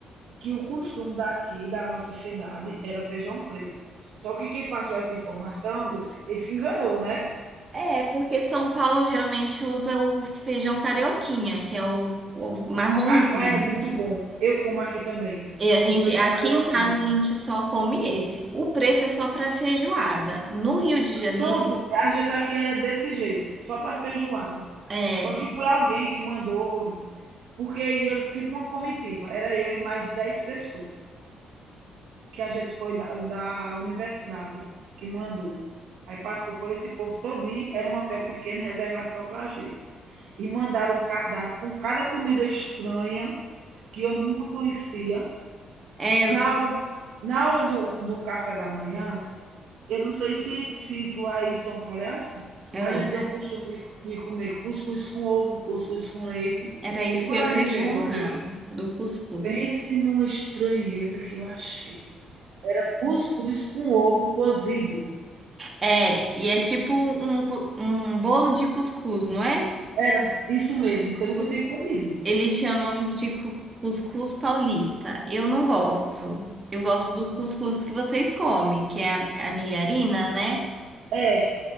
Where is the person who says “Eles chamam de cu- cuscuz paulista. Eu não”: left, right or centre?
Right